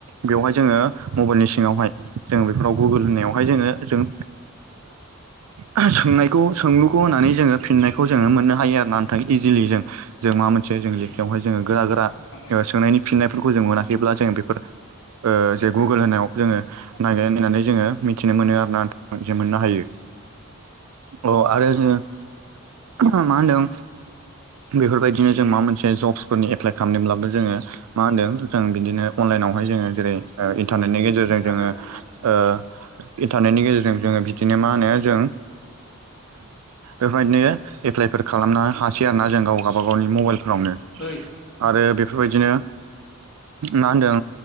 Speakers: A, on the right (about 75°); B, on the left (about 55°).
A: बेवहाय जोङो मबाइलनि सिंआवहाय जों बेफोराव गुगोल होननाय जोंओ जों ओ सोंनाय खौ सोंलुखौ होनानै जोङो फिन्नायखौ जों मोननो हायो आरो ना नोंथां इजिलि जों जों माबा मोनसे मोनसे लेखायावहाय
B: एक्स'नि
A: जोङो गोरा गोरा
B: एक्स'आव बेसेबां लायो
A: सोंनायनि फिननायफोरखौ जों मोनाखैब्ला जोंङ बेफोर ओ जे गुगोल होनायाव जोङो नागिरनानै जोङो मिथिनो मोनो आरो ना जे मोननो हायो अ
B: औ
A: आरो जोङो मा होन्दों
B: <inaudible>
A: बेफोरबायदिनो जों माबा मोनसे जब्सफोरनि एप्लाइ खालामदोंब्लाबो जोङो मा होनदों जों बिदिनो अनलाइनावहाय जोङो जेरै ओ इन्टारनेटनि गेजेरजों
B: लाग्राफोरबो
A: जोङो
B: लां
A: ओ इन्टारनेटनि गेजेरजों जोङो बिदिनो मा होनो जों बेबायदिनो एप्लाइफोर खालामनो हासै आरोना जों गाव गावबा गावनि मबाइल फोरावनो
B: ओइ
A: आरो बेफोरबायदिनो मा होनदों